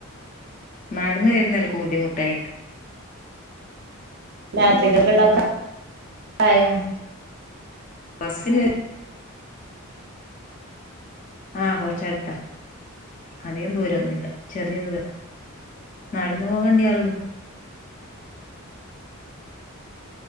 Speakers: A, on the left; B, on the right.
A: നടന്ന് വരുന്നേൽകു ബുദ്ധിമുട്ടായികു
B: രാത്രി
A: മൂത്ത
B: കകൊള്ളതൊക്കെ
A: പിന്നെ
B: ആയോ ഉ
A: ബസ്സില് ആഹ് കൊറച്ചടുത്താ. അധികം ദൂരന്നുല്ല ചെറിയ ദൂര.. നടുന്ന് പോകണ്ടിയള്ളു.